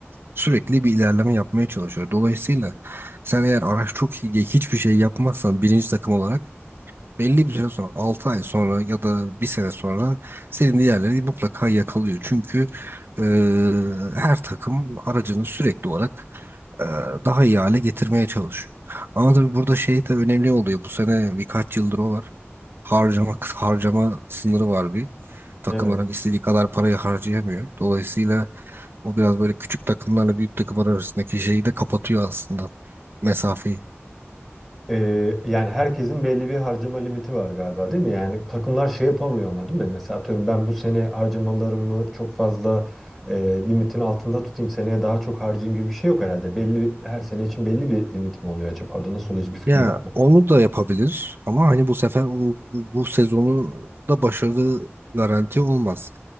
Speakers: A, on the right; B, in the centre.
A: sürekli bir ilerleme yapmaya çalışıyor. Dolayısıyla sen eğer araç çok iyi diye hiçbir şey yapmazsan birinci takım olarak belli bir süre sonra 6 ay sonra ya da bir sene sonra senin diğerleri mutlaka yakalıyor. Çünkü e, her takım aracını sürekli olarak e, daha iyi hale getirmeye çalışıyor. Ama tabii burada şey de önemli oluyor. Bu sene birkaç yıldır o var. Harcama, harcama sınırı var bir. Takımların
B: Evet.
A: istediği kadar parayı harcayamıyor. Dolayısıyla o biraz böyle küçük takımlarla büyük takımlar arasındaki şeyi de kapatıyor aslında mesafeyi.
B: Ee, yani herkesin belli bir harcama limiti var galiba değil mi? Yani takımlar şey yapamıyor ama değil mi? Mesela atıyorum ben bu sene harcamalarımı çok fazla e, limitin altında tutayım seneye daha çok harcayayım gibi bir şey yok herhalde. Belli bir- her sene için belli bir limit mi oluyor acaba? Orada nasıl oluyor hiçbir fikrim
A: Ya
B: var mı?
A: onu da yapabilir ama hani bu sefer o, bu sezonu da başarılı garanti olmaz.